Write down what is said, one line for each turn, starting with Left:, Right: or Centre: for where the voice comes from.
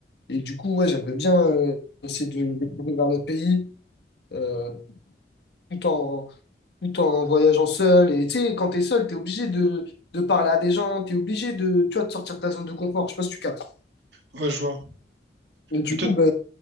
Left: Et du coup, ouais, j'aimerais bien euh, essayer de de découvrir notre pays euh, tout en, tout en voyageant seul. Et tu sais, quand t'es seul, t'es obligé de, de parler à des gens, t'es obligé de, tu vois, de sortir de ta zone de confort. Je sais pas si tu captes.
Right: ouais, je vois.
Left: Et du
Right: Et toi,
Left: coup, bah,